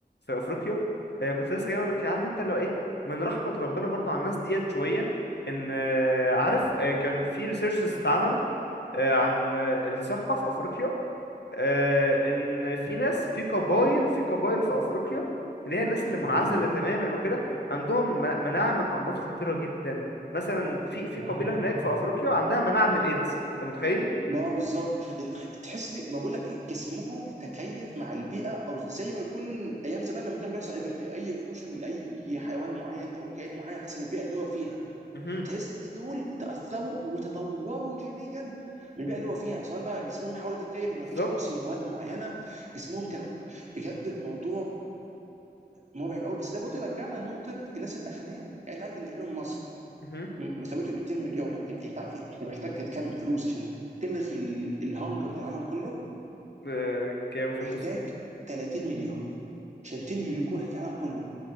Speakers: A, on the left; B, on the right.
A: في افريقيا آه كنت لسه جاي اقول لك إيه، عارف انت اللي هو ايه من رحمه ربنا برضو على الناس ديت شويه ان آه عارف آه كان في ريسيرشز اتعملت آه، عن آه، الصحة في أفريقيا آه، ان في ناس في قبائل في قبائل في افريقيا اللي هي الناس اللي
B: مهم.
A: منعزله تماما وكده عندهم م- مناعه من امراض خطيره جدا مثلا في في
B: مم.
A: قبيله هناك في افريقيا عندها مناعه من الايدز انت متخيل
B: بقى بالظبط تحس لي ما بقول لك جسمهم تكيف مع البيئه او زي ما يكون ايام زمان لما كان بيحصل ev- اي ايفولوشن لاي حيوان معين او كائن معين حسب البيئه اللي هو فيها
A: مهم.
B: تحس ان دول تاثروا وتطوروا جينيا من البيئه اللي هو فيها سواء بقى جسمهم حاول يتكيف ان
A: بالظبط
B: مفيش نقص من مواد معينه جسمهم كان بجد الموضوع مرعب قوي بس ده برضه يرجعنا لنقطه الناس الاغنياء يعني انت عارف ان ايلون ماسك
A: مهم.
B: م- ثروته ل 200 مليار ممكن انت عارف إيه؟ انت محتاج كام فلوس عشان تلغي ال- الهنجر بتاع العالم كله
A: آه، كام فلوس
B: محتاج 30 مليار عشان تنهي الجوع اللي في العالم كله